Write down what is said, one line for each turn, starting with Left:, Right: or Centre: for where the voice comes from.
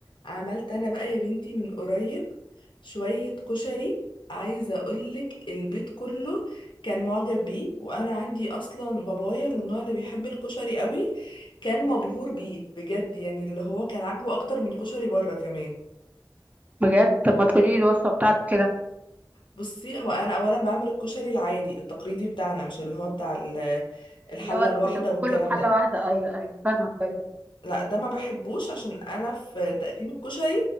Left: عملت انا بقى يا بنتي من قريب شوية كشري عايزة اقولك البيت كله كان معجب بيه وانا عندي اصلا بابايا من النوع اللي بيحب الكشري قوي كان مبهور بيه بجد يعني اللي هو كان عاجبه اكتر من الكشري بره كمان
Right: بجد طب ما تقولي لي الوصفه بتاعته كده
Left: بصي هو انا اولا بعمل الكشري العادي التقليدي بتاعنا مش اللي هو بتاع ال- الحلة
Right: اللي هو
Left: الواحدة
Right: اللي كله
Left: والكلام
Right: في حله
Left: ده
Right: واحده ايوه ايوه فاهمه الطريقه دي
Left: لا ده ما بحبوش عشان انا في تقديم الكشري